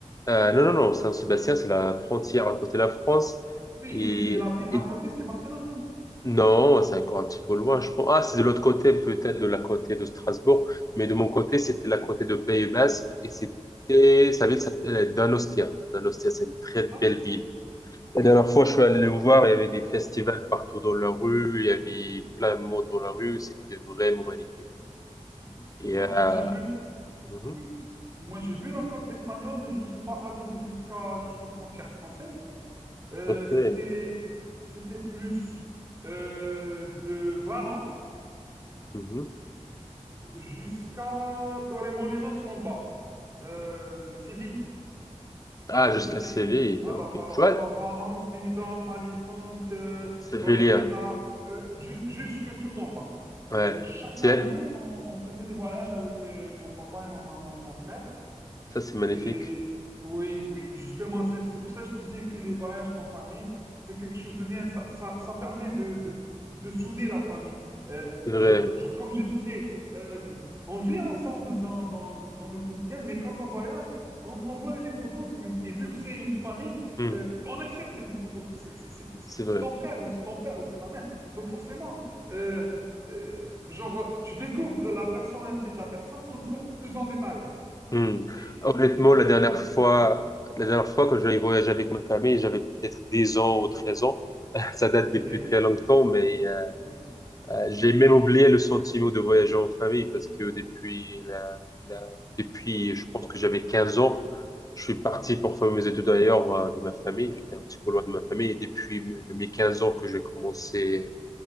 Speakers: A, on the left; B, on the right.
A: Euh, non, non, non, Saint-Sébastien, c'est la frontière à côté de la France.
B: Oui,
A: Et,
B: oui, mais la ville
A: et-
B: à côté, c'est Barcelone, non?
A: non, c'est encore un petit peu loin, je pense. Ah, c'est de l'autre côté, peut-être de la côté de Strasbourg. Mais de mon côté, c'était la côté de Pays Basque. Et c'était, sa ville s'appelait Donostia. Donostia, c'est une très belle
B: Ah, ok,
A: ville. La dernière
B: ok,
A: fois, je suis allé le voir, il y avait des festivals partout dans la rue, il y avait plein de monde dans la rue, c'était vraiment magnifique.
B: ok. Hmm.
A: Et,
B: Moi,
A: euh,
B: moi, j'ai vu, la-
A: mhm,
B: oui, moi, j'ai vu la côte espagnole, mais je ne suis pas arrivé jusqu'à, jusqu'aux frontières françaises. Euh,
A: ok,
B: c'était, c'était plus euh, de Valence
A: mhm.
B: jusqu'à Torremolinos en bas, Euh, Séville,
A: Ah,
B: du côté
A: jusqu'à
B: Séville.
A: Séville,
B: Alors,
A: ok.
B: alors,
A: Tu vois,
B: alors Valence, Benidorm, Alicante, euh,
A: Sévillien,
B: Torrevieja, euh, ju- jusque tout en bas.
A: ouais,
B: Euh, chaque
A: tiens,
B: année, on, on faisait des voyages avec euh, mon papa et ma maman et mon frère.
A: ça c'est magnifique,
B: Et oui, oui, justement, c'est c'est pour ça que je disais que les voyages en famille, c'est quelque chose de bien. Ça, ça, ça permet de, de, de souder la famille. Euh,
A: c'est vrai,
B: genre, genre, comme je disais, euh, on vit ensemble dans, dans, dans le quotidien, mais quand on voyage, on, on voit les défauts de l'autre. Et, vu et vu que c'est une famille,
A: Hmm,
B: euh, on accepte les défauts de l'autre. C'est c'est- c'est- c'est-
A: c'est
B: c'est
A: vrai.
B: ton frère ou c'est ton père ou c'est ta mère. Donc forcément, euh, euh, genre, tu découvres la personnalité de la personne encore plus en détail.
A: Hmm.
B: Et et
A: Honnêtement,
B: c'est quelque
A: la
B: chose
A: dernière
B: de très
A: fois,
B: positif.
A: la dernière fois que j'avais voyagé avec ma famille, j'avais peut-être 10 ans ou 13 ans, <laughs> ça date
B: Ok,
A: depuis très longtemps, mais euh,
B: oui,
A: Euh, J'ai même oublié le sentiment de voyager en famille parce que depuis la, la- depuis, je pense que j'avais 15 ans, je suis parti
B: oui,
A: pour faire mes études ailleurs euh, de ma famille. J'étais un petit peu loin de ma famille et depuis mes 15 ans que j'ai commencé